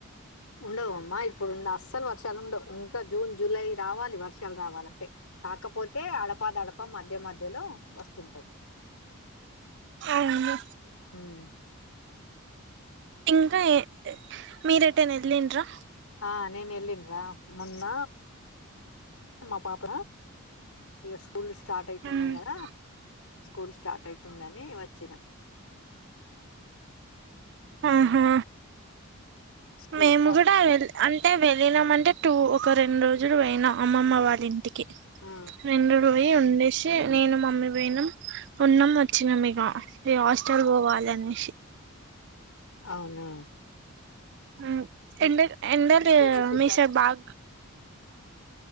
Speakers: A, on the left; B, on the right.
A: ఉండవు అమ్మా ఇప్పుడు అస్సలు వర్షాలు ఉండవు ఇంకా జూన్ జులై రావాలి వర్షాలు రావాలంటే కాకపోతే అడపా దడప మధ్య మధ్యలో వస్తుంటాయ్
B: అవునండి
A: ఆమ్
B: ఇంకా ఏ మీరూ ఏటేన్న ఎల్లిరా
A: ఆ నేను ఎల్లిన్రా మోన్న మా పాప ఇకా స్కూల్ స్టార్ట్ అయితున్నాయి
B: ఉమ్
A: గదా స్కూల్ స్టార్ట్ అయితుందని వచ్చినా ఉమ్
B: ఆహా
A: స్కూల్
B: మేము
A: స్టార్ట్
B: కూడా
A: అయి
B: వె అంటే వెళ్ళినాం అంటే టూ ఒక రెండు రోజులు జుజురు పోయినాం అమ్మమ్మ వాళ్ళ ఇంటికి
A: ఉమ్
B: రెండు రోయి వదిలేసి నేను మమ్మీ పోయినం ఉన్నాం వచ్చినాం ఇగ ఈ హాస్టల్ పోవాలి అనేసి
A: అవునా
B: ఉమ్
A: ఇం-
B: ఎండ ఎండలు
A: ఇంకేం
B: లేదా
A: విశేషాలు
B: మీ సైడ్ బాగా